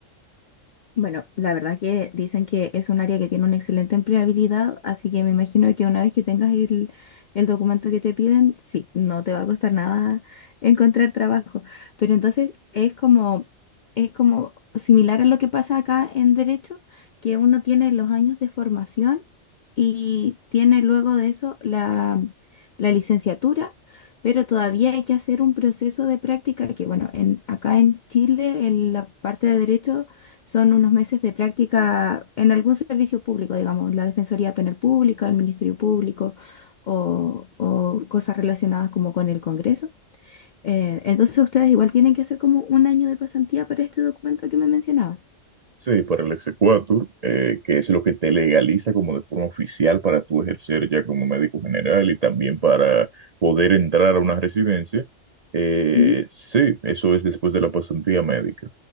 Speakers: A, on the left; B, on the right.
A: Bueno, la verdad que dicen que es un área que tiene una excelente empleabilidad, así que me imagino que una vez que tengas el, el documento que te piden, sí, no te va a costar nada <laughs> encontrar trabajo. Pero entonces es como, es como similar a lo que pasa acá en Derecho, que uno tiene los años de formación y tiene luego de eso la, la licenciatura, pero todavía hay que hacer un proceso de práctica que, bueno, en, acá en Chile, en la parte de Derecho son unos meses de práctica en algún servicio público, digamos, la Defensoría Penal Pública, el Ministerio Público o, o cosas relacionadas como con el Congreso. Eh, entonces ustedes igual tienen que hacer como un año de pasantía para este documento que me mencionabas.
B: Sí, para el exequatur, eh, que es lo que te legaliza como de forma oficial para tú ejercer ya como médico general y también para poder entrar a una residencia. Eh,
A: Ujú.
B: sí, eso es después de la pasantía médica,